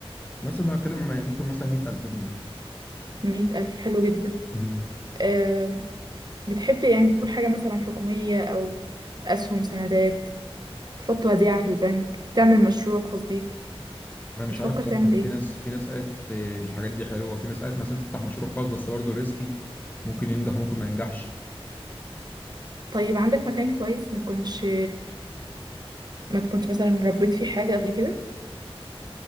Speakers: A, on the left (about 15°); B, on the right (about 45°).
A: مثلا انا اتكلم ممكن مثلا 100000 جنيه
B: مئة ألف حلو جدا
A: امم
B: أم. بتحب يعني تكون حاجة مثلا حكومية أو أسهم سندات تحط وديعة في البنك تعمل مشروع خاص بيك
A: انا مش
B: بتفكر
A: عارف بصراحه
B: تعمل ايه
A: في ناس في ناس قالت الحاجات دي حلوه وفي ناس قالت مثلا تفتح مشروع خاص بس برضه ريسكي ممكن ينجح وممكن ما ينجحش
B: طيب عندك مكان كويس ما يكونش ما تكونش مثلا ربيت فيه حاجة قبل كده